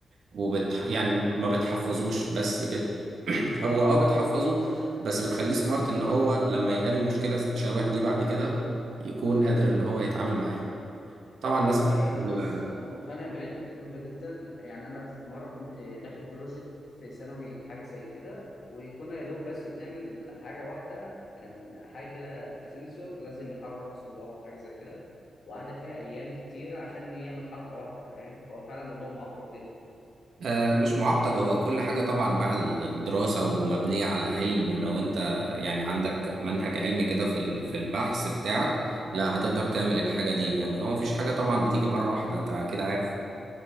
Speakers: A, on the right; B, on the left.
A: وبتح... يعني ما بتحفظوش بس بت... <clears throat> هو اه بتحفظه بس بتخليه سمارت ان هو لما يقابل مشكلة شبه دي بعد كده يكون قادر ان هو يتعامل معاها طبعا الناس
B: والله
A: بتقول،
B: انا بص انا مقتنع باللي انت بتقوله ده جدا يعني انا في مره كنت داخل بروجكت في ثانوي حاجه زي كده وكنا يا دوب بس بنعمل حاجه واحده كان حاجه كده بسنسور لازم يحرك صباعه او حاجه زي كده وقعد فيها ايام كتيره عشان يعمل حركه واحده فاهم هو فعلا الموضوع معقد جدا
A: آه، مش معقد هو كل حاجة طبعا مع الدراسة ومبنية على علم ولو انت يعني عندك منهج علمي كده في ال- في البحث بتاعك لا هتقدر تعمل الحاجة دي يعني هو مفيش حاجة طبعا بتيجي مرة واحدة انت كده عارف